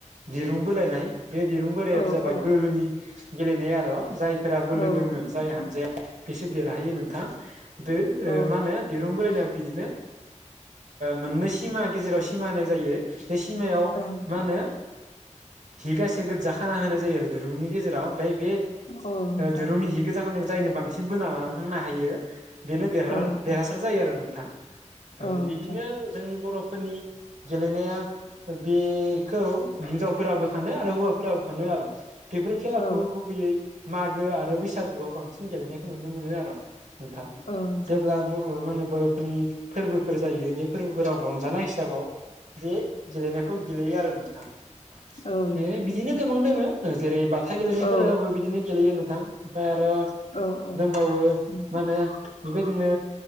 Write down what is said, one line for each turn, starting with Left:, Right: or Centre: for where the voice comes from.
Right: दिरुं बोलायनाय बे दिरुं बोरायाया
Left: औ
Right: जाबाय
Left: औ
Right: बोलोनि गेलेनाय आरो' जायफोरा बोलो
Left: औ नोंथां
Right: दोङो जाय हानजाया बेसे देरहायो नोंथां दो
Left: औ
Right: ओ मा होनो दिरुं बोलायनाय बिदिनो मोननै सिमा गेजेराव सिमा होनाय जायो। बे सिमायाव
Left: नोंथां
Right: मा होनो हिगासे गोजा खाना होनाय जायो आरो दिरुंनि गेजेराव ओमफ्राय बे
Left: औ नोंथां
Right: ओ दिरुंनि जि गोजाखांनायखौ जायनो बांसिन बोना लां थांनो हायो बेनो देरहा
Left: औ नोंथां
Right: देरहासार जायो आरो नोंथां
Left: औ
Right: बिदिनो
Left: नोंथां
Right: जोंनि बर'फोरनि गेलेनाया बेखौ हिनजावफोराबो खानो आरो हौवाफोराबो खानो आरो बेफोर खेलाखौ
Left: औ
Right: गुबैयै मागो आरो बैसागोआव बांसिन गेलेनायखौ नुनो मोनो आरो नाथा
Left: औ नोंथां
Right: जेब्ला बुंडो माने बर'फोरनि फोरबोफोर जायो बे फोरबोफोराव रंजानाय हिसाबाव बे गेलेनायखौ गेलेयो आरो नोंथां ए
Left: औ नोंथां
Right: बिदिनो गोबां दङ जेरै बाथा गेलेनायफोराबो
Left: औ
Right: बिदिनो गेलेयो नोंथां ओमफ्राय आरो
Left: औ
Right: दंबावो
Left: नोंथां
Right: मा होनो बेबायदिनो